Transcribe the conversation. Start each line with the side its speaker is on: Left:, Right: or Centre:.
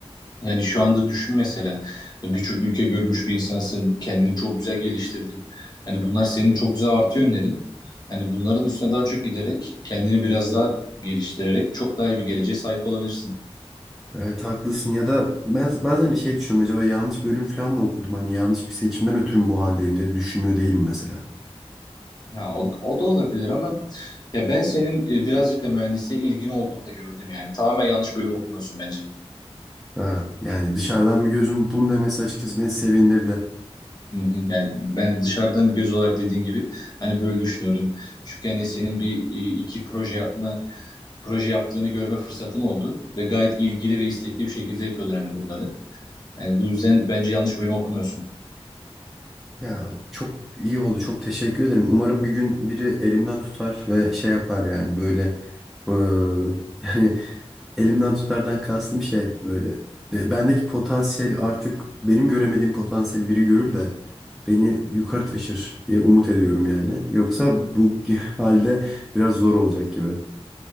Left: Yani şu anda düşün mesela e, birçok ülke görmüş bir insansın. Kendini çok güzel geliştirdin. Hani bunlar senin çok güzel artı yönlerin. Hani bunların üstüne daha çok giderek kendini biraz daha geliştirerek çok daha iyi bir geleceğe sahip olabilirsin.
Centre: Evet haklısın ya da ben bazen de şey düşünüyorum acaba yanlış bölüm falan mı okudum hani yanlış bir seçimden ötürü mü bu haldeyim diye düşünmüyor değilim mesela.
Left: Ha, o, o da olabilir ama Ya ben senin e, birazcık da mühendisliğe ilgin olduğunu da gördüm yani. Tamamen yanlış bölüm okumuyorsun bence.
Centre: Ha, yani dışarıdan bir gözüm bunu demesi açıkçası beni sevindirdi.
Left: Hı hı. Yani ben dışarıdan bir göz olarak dediğin gibi hani böyle düşünüyorum. Çünkü hani senin bir e, iki proje yapma, proje yaptığını görme fırsatım oldu ve gayet ilgili ve istekli bir şekilde yapıyordun hani bunları. Yani bu yüzden bence yanlış bölüm okumuyorsun.
Centre: Ya çok iyi oldu çok teşekkür ederim. Umarım bir gün biri elimden tutar ve şey yapar yani böyle eee, <laughs> yani Elimden tutardan kastım şey böyle. e, Bendeki potansiyel artık benim göremediğim potansiyel biri görür de beni yukarı taşır diye umut ediyorum yani. Yoksa bu <laughs> halde biraz zor olacak gibi.